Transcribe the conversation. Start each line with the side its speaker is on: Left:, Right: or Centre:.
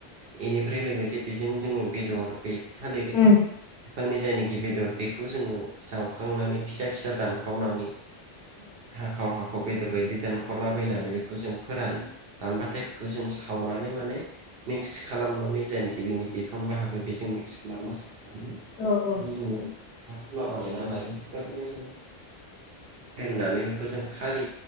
Right: बेनिफ्राय लोगोसे बेजों जोङो बेदर। बे थालिर
Left: औ उम औ उम
Right: बिफांनि जायनाखि बेदर बेखौ जोङो जावखांनानै फिसा फिसा दानखावनानै। हाखाव हाखाव बेदर बायदि दानख'लाबायनानै बेखौ जों फोरानो। रानबाथाय बेखौ जों सावनानै माने मिक्स खालामनानै जायनो बिनि बिफां बाहागो बे मिस खालाम सनानै
Left: औ औ।
Right: बेखौ जोङो हाथफ्ला बानायायनानै लायो। बेफोरबायदिनो जों दोननानै बेखौ जों खारै